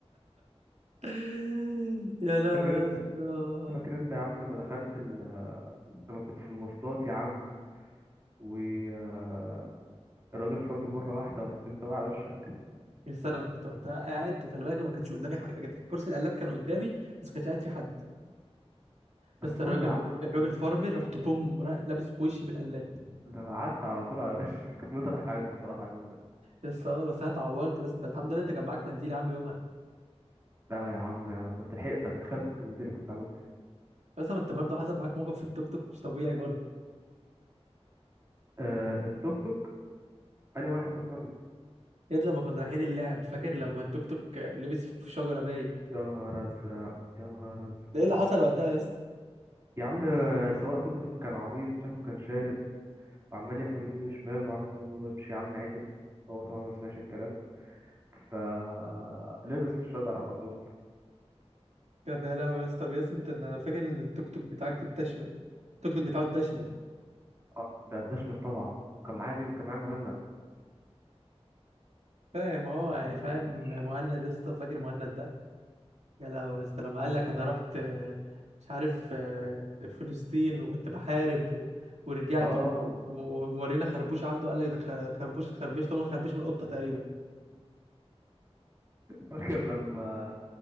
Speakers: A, on the right; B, on the right.
A: <laughs> يا لهوي
B: فاكر
A: يا
B: انت
A: اسطى
B: فاكر انت يا عم لما دخلت ال... لما كنت في المواصلات يا عم والراجل فرمل مره واحده ورحت انت واقع على وشك
A: يا اسطى انا كنت وقتها قاعد وخلي بالك ما كانش قدامي حاجه كده كرسي القلاب كان قدامي بس ما كانش قاعد فيه حد
B: بس
A: يا اسطى
B: برضه
A: الراجل
B: يا عم كنت
A: الراجل
B: تمسك
A: فارمر رحت بوم را- لابس بوشي في القلاب
B: ده أنا قعدت على طول على وشك <laughs> فضلت اضحك عليك بصراحه اليوم ده
A: يا اسطى آه، بس انا اتعورت يا اسطى الحمد لله انت كان معاك منديل يا عم يومها
B: لا يا عم كنت لحقتك تخيل كنت من غيري كنت عملت ايه
A: بس ما انت برضه حصل معاك موقف في التوك توك مش طبيعي برضه
B: آه التوك توك انا واحد فكرني
A: يا اسطى لما كنا رايحين اللعب فاكر لما التوك توك آه، لبس فيك في شجره باين
B: يا نهار ازرق يا نهار ازرق
A: ده ايه اللي حصل وقتها يا اسطى
B: يا عم آه، سواق توك توك كان عبيط شكله كان شارب وعمال يحود يمين وشمال وعم بقول له امشي يا عم عدل هو طبعا ما سمعش الكلام فلبس في الشجر على طول
A: يا لهوي يا اسطى طب يا اسطى انت انا فاكر ان التوك توك بتاعك اتدشمل التوك توك بتاعه اتدشمل
B: اه ده الدشمل طبعا وكان معايا مين كان معايا مهند
A: فاهم اه
B: ما
A: يعني
B: حلهوش
A: فاهم مهند يا اسطى فاكر مهند ده يا لهوي يا اسطى لما قال لك انا رحت آه، مش عارف آه، فلسطين وكنت بحارب و... ورجعت
B: اه
A: و- ومورينا خربوش عنده قال لك ده خ- خربوش اتخربشت هو خربوش من القطه تقريبا
B: فاكر لما